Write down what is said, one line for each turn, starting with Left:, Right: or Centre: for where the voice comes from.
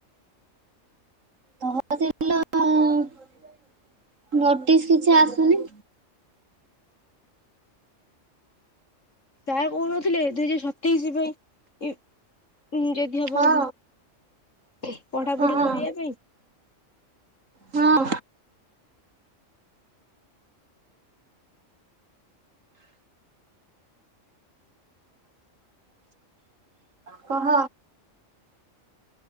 Right: ତହସିଲି ରୁ ତ ନୋଟିସି କିଛି ଆସୁନି?
Left: <inaudible> କହୁନଥିଲେ ଦୁଇ ହଜାର ସତେଇଶି ପାଇଁ ଯଦି ହବ
Right: ହଁ
Left: ପଢାପଢି
Right: ହଁ
Left: କରିବା ପାଇଁ।
Right: ହଁ। <inaudible> କହ।